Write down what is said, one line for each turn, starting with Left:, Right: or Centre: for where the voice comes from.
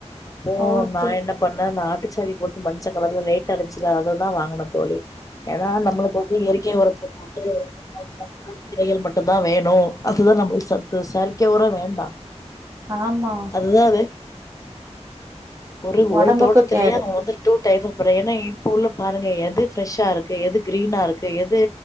Left: அப்போ
Right: ஓகே
Left: நா என்னப் பண்ண அந்த ஆட்டுச்சானி போட்டு மஞ்ச கலர்ல லைட்டா இருந்துச்சுல அததா வாங்கனம் தோழி ஏனா நம்மளுக்கு வந்து இயற்கையா உரத்துல போட்டு <inaudible> கீரைகள் மட்டுந்தா வேணூ அதுதா நமக்கு சத்து செயற்கை ஓரோ வேண்டா
Right: ஆமா
Left: அதாவது ஒரு
Right: ஒடம்புக்கு
Left: ஒரு தோட்டத்திலயே
Right: கேடு
Left: அவுங்க வந்து டூ டைஃப் <unintelligible> ஏனா இப்போ உள்ள பாருங்க எது ஃப்ரஷ்ஷா இருக்கு எது கிரீனா இருக்கு எது